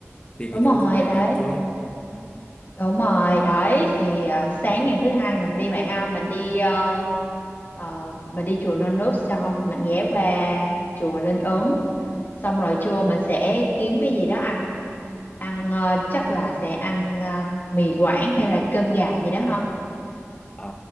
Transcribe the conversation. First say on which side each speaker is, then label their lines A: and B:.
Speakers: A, on the left; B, on the left.
A: tìm cái
B: đúng rồi
A: chỗ chụp ảnh
B: đấy
A: đẹp trước ừ.
B: Đúng rồi, đấy thì à, sáng ngày thứ hai mình đi vậy ha, mình đi ờ, ờ, mình đi chùa Non Nước xong mình ghé qua chùa Linh Ứng. Xong rồi trưa mình sẽ kiếm cái gì đó ăn. Ăn ờ, chắc là sẽ ăn ờ, mì Quảng hay là cơm gà gì đó ha.
A: à,